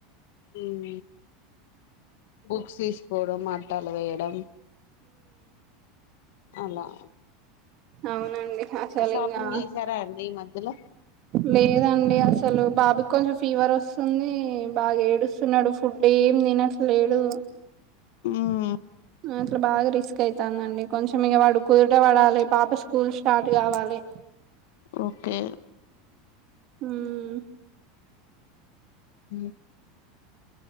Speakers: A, on the left; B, on the right.
A: ఉమ్ బుక్స్ తీసుకోవడం ఆట్టాలు వేయడం అలా
B: అవునండి అసలింగా
A: షాపింగ్ చేసారా అండి ఈ మధ్యలో
B: లేదండి అసలు బాబుకి కొంచెం ఫీవర్ వస్తుంది బాగా ఏడుస్తు తిన్నడు ఫుడ్ ఏం తినట్లేడు
A: ఆ
B: అట్లా బాగా రిస్క్ అయితాందండి కొంచెం ఇక వాడు కుదుట పడాలి పాప స్కూల్ స్టార్ట్ కావాలి
A: ఓకే
B: హుమ్
A: ఉ